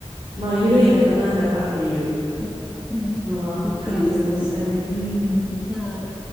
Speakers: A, on the right; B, in the centre.
A: まあ、緩いんだかなんだかっていう
B: うん、うんびっくりですよね。
A: のは感じましたね。うん。
B: はい